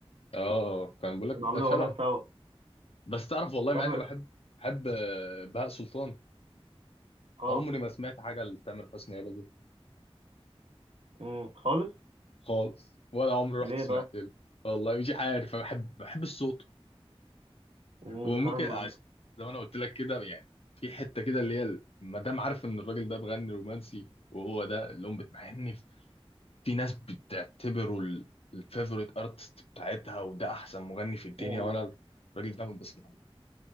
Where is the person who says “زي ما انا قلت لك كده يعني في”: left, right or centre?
Left